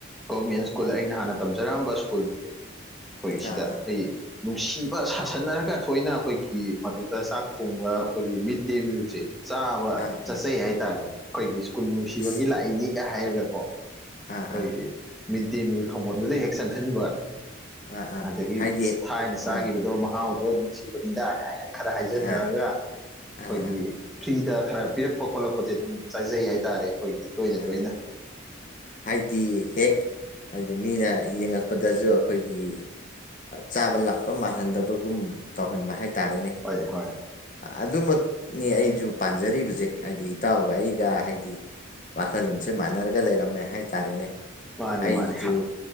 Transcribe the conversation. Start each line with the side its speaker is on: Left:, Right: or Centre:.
Centre: ꯒꯣꯔꯃꯦꯟ ꯁ꯭ꯀꯨꯜ ꯑꯩꯅ ꯍꯥꯟꯅ ꯇꯝꯖꯔꯝꯕ ꯁ꯭ꯀꯨꯜ ꯑꯩꯈꯣꯏ ꯁꯤꯗ
Left: ꯑꯥ ꯑꯥ
Centre: ꯑꯩ ꯅꯨꯡꯁꯤꯕ ꯁꯥꯁꯟꯅꯔꯒ ꯊꯣꯏꯅ ꯑꯩꯈꯣꯏꯒꯤ ꯃꯗꯨꯗ ꯆꯥꯛ ꯊꯣꯡꯕ ꯑꯩꯈꯣꯏꯒꯤ ꯃꯤꯠ ꯗꯦ ꯃꯤꯜꯁꯦ ꯆꯥꯕ
Left: ꯑꯥ
Centre: ꯆꯠꯆꯩ ꯍꯥꯏꯇꯥꯔꯦ ꯑꯩꯈꯣꯏꯒꯤ ꯁ꯭ꯀꯨꯜ ꯅꯨꯡꯁꯤꯕꯒꯤ
Left: ꯑꯁ
Centre: ꯂꯥꯛꯏꯅꯤꯒ ꯍꯥꯏꯔꯒꯀꯣ
Left: ꯑꯥ
Centre: ꯑꯩꯈꯣꯏꯒꯤ
Left: ꯑꯥ
Centre: ꯃꯤꯠ ꯗꯦ ꯃꯤꯜ ꯊꯣꯡꯐꯝꯗꯨꯗ ꯍꯦꯛ ꯆꯪꯁꯤꯟꯕ
Left: ꯑꯥ ꯑꯥ
Centre: ꯑꯗꯒꯤ
Left: ꯍꯥꯏꯗꯤ
Centre: ꯊꯥꯏꯅ ꯆꯥꯈꯤꯕꯗꯣ
Left: ꯑꯥ
Centre: ꯃꯍꯥꯎꯗꯣ ꯅꯨꯡꯁꯤꯕ ꯅꯤꯗꯥ ꯀ ꯈꯔ ꯍꯥꯏꯖꯟꯅꯔꯒ
Left: ꯑꯥ
Centre: ꯑꯩꯈꯣꯏꯒꯤ
Left: ꯑꯥ ꯑꯥ
Centre: ꯐ꯭ꯔꯤꯗ ꯈꯔ ꯄꯤꯔꯛꯄ ꯈꯣꯠꯂꯛꯄꯁꯦ ꯑꯗꯨꯝ ꯆꯥꯏꯖꯩ ꯍꯥꯏꯇꯥꯔꯦ ꯑꯩꯈꯣꯏꯒꯤ ꯇꯣꯏꯅ
Left: ꯑꯥ
Centre: ꯇꯣꯏꯅ
Left: ꯍꯥꯏꯗꯤ ꯍꯦꯛ ꯍꯥꯏꯗꯤ ꯃꯤꯅ ꯌꯦꯡꯉꯛꯄꯗꯁꯨ ꯑꯩꯈꯣꯏꯒꯤ ꯆꯥꯕ ꯂꯥꯛꯄ ꯃꯥꯜꯍꯟꯗꯕꯒꯨꯝ ꯇꯧꯍꯟꯕ ꯍꯥꯏꯇꯥꯔꯦꯅꯦ
Centre: ꯍꯣꯏ ꯍꯣꯏ
Left: ꯑꯗꯨꯃꯛꯅꯦ ꯑꯩꯁꯨ ꯄꯥꯟꯖꯔꯤꯕꯁꯦ ꯍꯥꯏꯗꯤ ꯏꯇꯥꯎꯒ ꯑꯩꯒ ꯍꯥꯏꯗꯤ ꯋꯥꯈꯜꯂꯣꯟꯁꯦ ꯃꯥꯟꯅꯔꯒ ꯂꯩꯔꯝꯃꯦ ꯍꯥꯏꯇꯥꯔꯦꯅꯦ
Centre: ꯃꯥꯅꯦ
Left: ꯑꯩꯁꯨ
Centre: ꯃꯥꯅꯦ